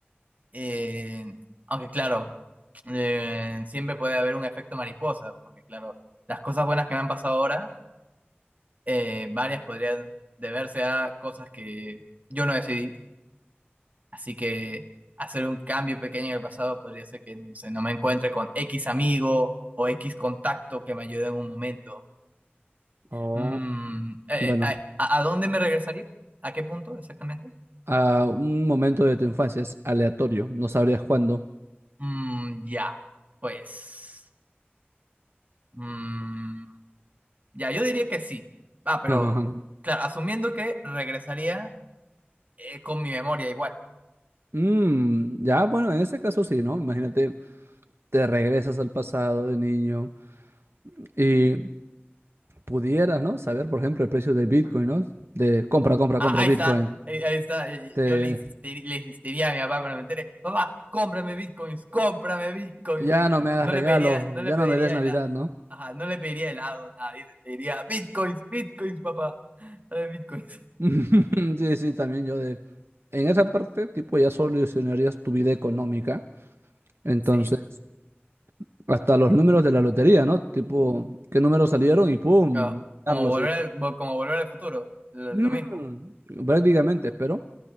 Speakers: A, on the right (about 40°); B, on the right (about 75°).
A: Eh, aunque claro, eh, siempre puede haber un efecto mariposa, porque claro, las cosas buenas que me han pasado ahora, eh, varias podrían deberse a cosas que yo no decidí, así que hacer un cambio pequeño en el pasado podría ser que no sé, no me encuentre con X amigo o X contacto que me ayude en un momento.
B: Oh,
A: Mm, eh,
B: bueno,
A: eh, a, a ¿a dónde me regresaría? ¿A qué punto exactamente?
B: a un momento de tu infancia es aleatorio. No sabrías cuándo.
A: Mm, ya, pues... mm, Ya, yo diría que sí. Ah, pero,
B: <laughs> Ajá.
A: claro, asumiendo que regresaría eh, con mi memoria igual.
B: Mm, ya, bueno, en ese caso sí, ¿no? Imagínate, te regresas al pasado de niño y pudieras, ¿no? Saber, por ejemplo, el precio del Bitcoin, ¿no? De compra, compra,
A: Ah,
B: compra
A: ahí
B: Bitcoin.
A: está, eh, ahí está. eh,
B: Te,
A: Yo le insistiría, le insistiría a mi papá cuando me entere, papá, cómprame bitcoins, cómprame bitcoins.
B: ya no me hagas
A: No
B: regalos,
A: le pediría, no
B: ya
A: le pediría
B: no me des Navidad,
A: helado.
B: ¿no?
A: Ajá, no le pediría helado, nada, dice, le diría bitcoins, bitcoins, papá, dame bitcoins. <laughs>
B: <laughs> Sí, sí, también yo de... En esa parte, tipo, ya solucionarías tu vida económica. Entonces,
A: Sí,
B: hasta los números de la lotería, ¿no? Tipo, ¿qué números salieron? Y ¡pum!
A: ah,
B: Carlos,
A: como volver
B: y...
A: al, vo- como volver al futuro, lo,
B: Mm,
A: lo mismo.
B: prácticamente, pero